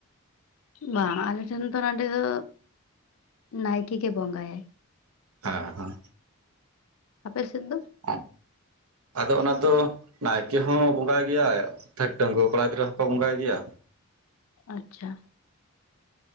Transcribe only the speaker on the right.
ᱦᱮᱸ ᱦᱮᱸ᱾
<unintelligible> ᱟᱫᱚ ᱚᱱᱟ ᱫᱚ ᱱᱟᱭᱠᱮ ᱦᱚᱸ ᱵᱚᱸᱜᱟᱭ ᱜᱮᱭᱟ, <unintelligible> ᱰᱟᱺᱜᱽᱣᱟᱹ ᱠᱚᱲᱟ ᱜᱤᱫᱽᱨᱟᱹ ᱦᱚᱸᱠᱚ ᱵᱚᱸᱜᱟᱭ ᱜᱮᱭᱟ᱾